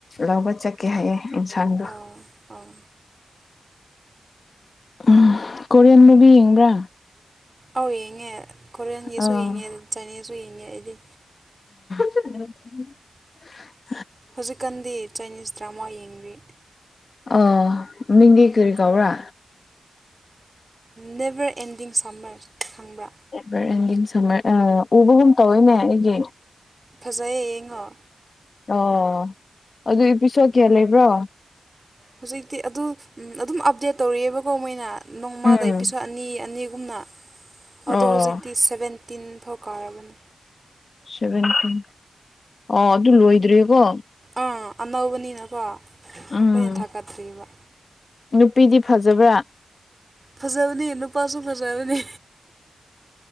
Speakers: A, on the left; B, on the right.
A: ꯂꯧꯕ ꯆꯠꯀꯦ ꯍꯥꯏꯌꯦ ꯏꯟꯁꯥꯡꯗꯣ
B: ꯑꯧ ꯑꯧ
A: ꯎꯝ ꯀꯣꯔꯤꯌꯥꯟ ꯃꯨꯚꯤ ꯌꯦꯡꯕ꯭ꯔꯥ
B: ꯑꯧ ꯌꯦꯡꯉꯦ ꯀꯣꯔꯤꯌꯟꯒꯤꯁꯨ
A: ꯑꯥ
B: ꯌꯦꯡꯉꯦ ꯆꯥꯏꯅꯤꯁꯁꯨ ꯌꯦꯡꯉꯦ ꯑꯩꯗꯤ
A: <inaudible>
B: ꯍꯧꯖꯤꯛꯀꯥꯟꯗꯤ ꯆꯥꯏꯅꯤꯁ ꯗ꯭ꯔꯃꯥ ꯌꯦꯡꯔꯤ
A: ꯑ ꯃꯤꯡꯗꯤ ꯀꯔꯤ ꯀꯥꯎꯔꯥ
B: ꯅꯦꯕꯔ ꯑꯦꯟꯗꯤꯡ ꯁꯝꯃꯔ ꯈꯪꯕ꯭ꯔꯥ
A: ꯔ ꯁꯃꯔ ꯑ <unintelligible> ꯎꯕꯒꯨꯝ ꯇꯧꯋꯤꯅꯦ ꯑꯩꯒꯤ
B: ꯐꯖꯩꯌꯦ ꯌꯦꯡꯉꯣ
A: ꯑꯣ ꯑꯗꯨ ꯄꯤꯁꯣ ꯀꯌꯥ ꯂꯩꯕ꯭ꯔꯣ
B: ꯍꯧꯖꯤꯛꯇꯤ ꯑꯗꯨ ꯑꯗꯨꯝ ꯑꯞꯗꯦꯠ ꯇꯧꯔꯤꯑꯦꯕꯀꯣ ꯃꯣꯏꯅ ꯅꯣꯡꯃꯥꯗ
A: ꯎꯝ
B: ꯏꯄꯤꯁꯣꯠ ꯑꯅꯤ ꯑꯅꯤꯒ ꯒꯨꯝꯅ ꯑꯗꯣ
A: ꯑꯣ
B: ꯍꯧꯖꯤꯛꯇꯤ ꯁꯕꯦꯟꯇꯤꯟ ꯐꯥꯎ ꯀꯥꯔꯕꯅꯤ
A: ꯁꯚꯦꯟꯇꯤꯟ ꯑꯣ ꯑꯗꯨ ꯂꯣꯏꯗ꯭ꯔꯔꯤꯀꯣ
B: ꯑꯥ ꯑꯅꯧꯕꯅꯤꯅꯀꯣ
A: ꯎꯝ
B: ꯂꯣꯏꯅ ꯊꯥꯒꯠꯇ꯭ꯔꯤꯕ
A: ꯅꯨꯄꯤꯗꯤ ꯐꯖꯕ꯭ꯔꯥ
B: ꯐꯖꯕꯅꯤ ꯅꯨꯄꯥꯁꯨ ꯐꯖꯕꯅꯤ